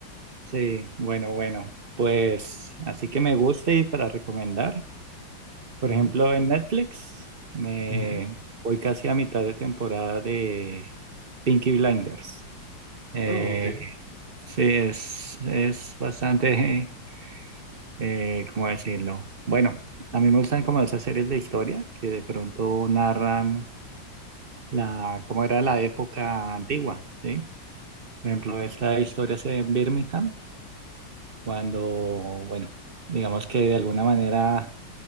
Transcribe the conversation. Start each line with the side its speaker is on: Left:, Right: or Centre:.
Right: Sí, bueno, bueno, pues así que me gusta y para recomendar, por
Left: Ujú,
Right: ejemplo, en Netflix me
Left: ujú.
Right: voy casi a mitad de temporada de Pinky Blinders. Eh,
Left: Oh, ok.
Right: sí, es, es bastante, eh, ¿cómo decirlo? Bueno, a mí me gustan como esas series de historia que de pronto narran la, cómo era la época antigua, ¿sí? Por ejemplo, esta historia se ve en Birmingham, cuando, bueno, digamos que de alguna manera